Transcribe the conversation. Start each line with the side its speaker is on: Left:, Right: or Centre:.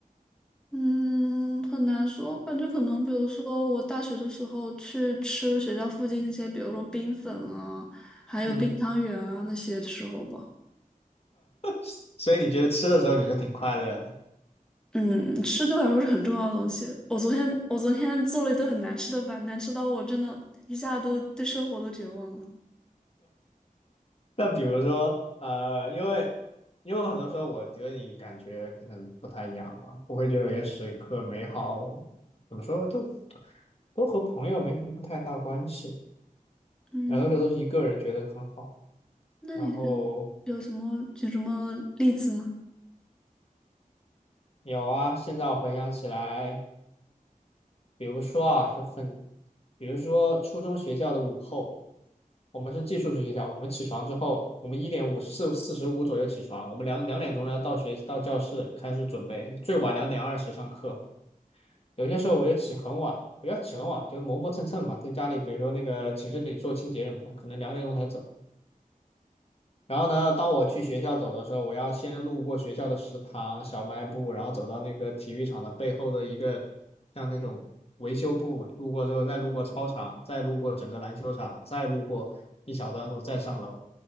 Centre: 嗯，很难说，感觉可能，比如说我大学的时候去吃学校附近那些，比如说冰粉啊，还有冰汤圆啊那些的时候吧。
Left: 嗯，所以你觉得吃的时候你是挺快乐的？
Centre: 嗯，吃对我来说是很重要的东西。我昨天我昨天做了一顿很难吃的饭，难吃到我真的一下都对生活都绝望了。
Left: 那比如说，呃，因为因为很多时候我觉得你感觉可能不太一样吧，我会觉得有些时刻美好，怎么说都都和朋友没什么太大关系，
Centre: 嗯，
Left: 很多时候都是一个人觉得很好。
Centre: 那你觉得有什么举什么例子吗？
Left: 然后有啊，现在我回想起来，比如说啊，就很，比如说初中学校的午后，我们是寄宿制学校，我们起床之后，我们一点五四四十五左右起床，我们两两点钟要到学到教室开始准备，最晚两点二十上课有些时候我就起很晚，不要起很晚，就磨磨蹭蹭嘛，在家里，比如说那个寝室里做清洁什么的，可能两点钟才走。然后呢，当我去学校走的时候，我要先路过学校的食堂、小卖部，然后走到那个体育场的背后的一个像那种维修部，路过之后再路过操场，再路过整个篮球场，再路过一小段路，再上楼。